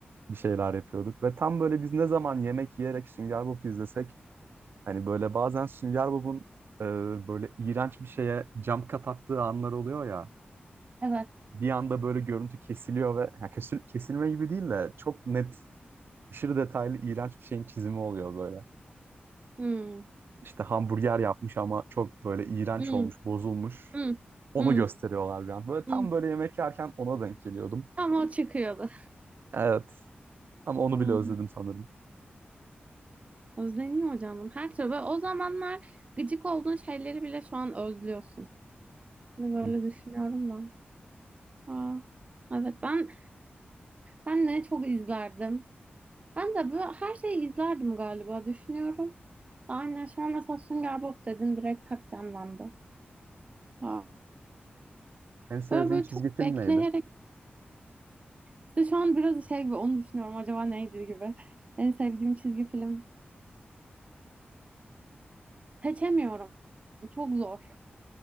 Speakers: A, on the right (about 70°); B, on the right (about 35°).
A: bir şeyler yapıyorduk. Ve tam böyle biz ne zaman yemek yiyerek Sünger Bob izlesek hani böyle bazen Sünger Bob'un e, böyle iğrenç bir şeye jump cut attığı anlar oluyor ya.
B: Evet.
A: bir anda böyle görüntü kesiliyor ve ya kesil- kesilme gibi değil de çok net aşırı detaylı iğrenç bir şeyin çizimi oluyor böyle.
B: Hı.
A: İşte hamburger yapmış ama çok böyle iğrenç
B: Hı.
A: olmuş, bozulmuş.
B: Hı.
A: Onu
B: Hı.
A: gösteriyorlar bir an. Böyle
B: Hı.
A: tam böyle yemek yerken ona denk geliyordum.
B: Tam o çıkıyordu.
A: Evet ama onu
B: Hı.
A: bile özledim sanırım.
B: Özleniyor canım. Her türlü böyle o zamanlar gıcık olduğun şeyleri bile şu an özlüyorsun. Hani böyle
A: Hı.
B: düşünüyorum da. Aa, evet ben ben ne çok izlerdim. Ben de böyle her şeyi izlerdim galiba düşünüyorum. Aynen şu an mesela Sünger Bob dedin direkt tak canlandı. Aa,
A: En sevdiğin
B: böyle böyle
A: çizgi
B: çok
A: film
B: bekleyerek
A: neydi?
B: işte şu an biraz şey gibi onu düşünüyorum acaba neydi gibi. En sevdiğim çizgi film. Seçemiyorum. Çok zor.